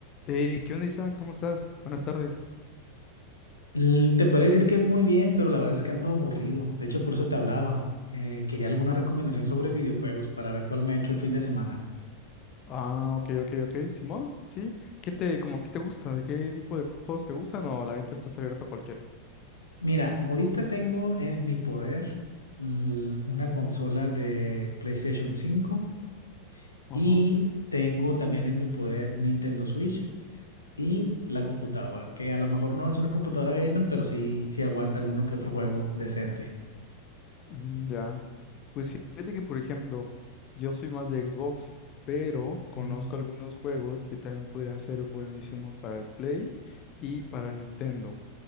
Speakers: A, on the left; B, on the left.
A: Hey, ¿qué onda, Isa? ¿Cómo estás? Buenas tardes.
B: Mm, Te podría decir que muy bien, pero la verdad es que ando aburrido. De hecho, por eso te hablaba. Eh, quería alguna recomendación sobre videojuegos para ver cuál me ha hecho el fin de semana.
A: Ah, ok, ok, ok. Simón, sí. ¿Qué te, como, qué te gusta? ¿De qué tipo de juegos te gustan? O la neta estás abierto a cualquiera.
B: Mira, ahorita tengo en mi poder mm, una consola de PlayStation cinco
A: Ajá.
B: y tengo también en mi poder un Nintendo Switch y la computadora, que a lo mejor no es una computadora gamer, pero sí, sí aguanta alguno que otro juego decente.
A: Mm, Ya. Pues fíjate que, por ejemplo, yo soy más de Xbox, pero conozco
B: Mm.
A: algunos juegos que también podrían ser buenísimos para el Play y para Nintendo.